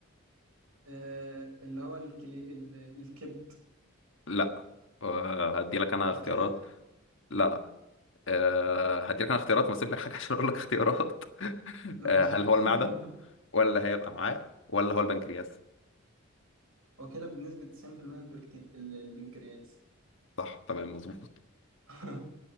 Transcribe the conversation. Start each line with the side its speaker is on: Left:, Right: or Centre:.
Right: آه، اللي هو الكلي... ال- الكبد
Left: لا آه، هدي لك انا
Right: الكلى
Left: اختيارات لا لا آه، هديلك انا اختيارات ما اسيب لك حاجه <laughs> عشان اقول لك اختيارات <laughs>
Right: ماشي
Left: آه، هل هو
Right: <laughs>
Left: المعده ولا هي الامعاء ولا هو البنكرياس
Right: هو كده بنسبة 90% البرك... ال- البنكرياس
Left: صح تمام مظبوط
Right: <laughs>